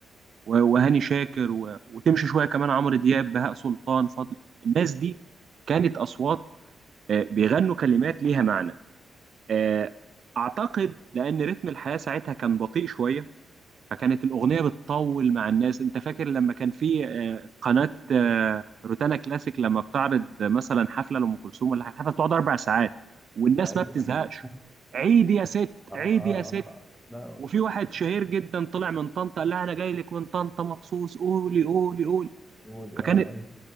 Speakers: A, on the right; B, in the centre.
A: و... وهاني شاكر و... وتمشي شوية كمان عمرو دياب بهاء سلطان فضل الناس دي كانت أصوات آه، بيغنوا كلمات ليها معنى آه، أعتقد لأن رتم الحياة ساعتها كان بطيء شوية فكانت الأغنية بتطول مع الناس أنت فاكر لما كان في آه، قناة آه، روتانا كلاسيك لما بتعرض مثلا حفلة لأم كلثوم ولا حاجة الحفلة بتقعد أربع ساعات والناس
B: اه ايوه
A: ما بتزهقش
B: <laughs>
A: عيد يا ست
B: اه
A: عيد
B: اه
A: يا ست
B: اه لا
A: وفي واحد
B: يعني
A: شهير جدا طلع من طنطا قال لها أنا جاي لك من طنطا مخصوص قولي قولي قولي
B: قول
A: فكان
B: اه